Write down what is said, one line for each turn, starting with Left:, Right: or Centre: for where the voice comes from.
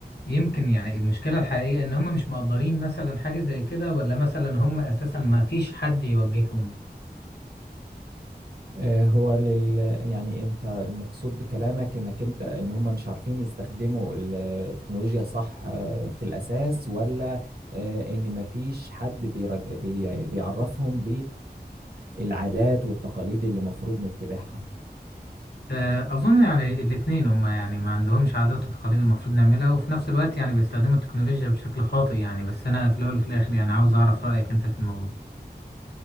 Left: يمكن يعني المشكلة الحقيقية ان هم مش مقدرين مثلا حاجة زي كده ولا مثلا هم اساسا ما فيش حد يوجههم
Right: آه، هو لل يعني انت المقصود بكلامك انك انت ان هم مش عارفين يستخدموا ال- التكنولوجيا صح آه، في الاساس ولا آه، ان مفيش حد بيرج... بي... بيعرفهم بالعادات والتقاليد اللي المفروض نتبعها
Left: آه، أظن يعني الاتنين هما يعني ما عندهمش عادات وتقاليد المفروض نعملها وفي نفس الوقت يعني بيستخدموا التكنولوجيا بشكل خاطئ يعني بس أنا في الأول وفي الآخر يعني عاوز أعرف رأيك أنت في الموضوع